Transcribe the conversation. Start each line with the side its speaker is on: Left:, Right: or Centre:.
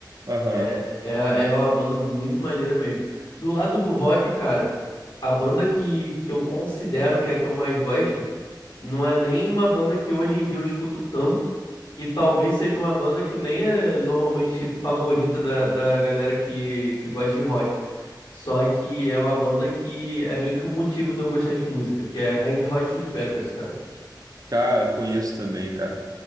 Right: Aham.
Left: É, é, é uma banda muito maneira mesmo. Do lado do rock, cara, a banda que, que eu considero que é a que eu mais gosto. Não é nem uma banda que hoje em dia eu escuto tanto. E talvez seja uma banda que nem é normalmente favorita da, da galera que, que gosta de rock. Só que é uma banda que é meio que o motivo de eu gostar de música, que é Red Hot Chili Peppers, cara.
Right: Cara, conheço também, cara.